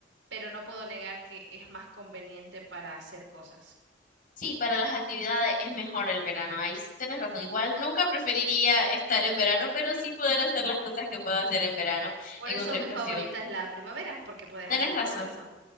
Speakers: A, on the right (about 85°); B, on the left (about 50°).
A: pero no puedo negar que es más conveniente para hacer cosas.
B: Sí, para las actividades es mejor el verano, ahí sí tienes razón. Igual nunca preferiría estar en verano, pero sí poder hacer las cosas que puedo hacer en verano
A: Por
B: en
A: eso
B: otra
A: mi
B: estación.
A: favorita es la primavera, porque puedes
B: Tienes
A: hacer
B: razón.
A: todo eso.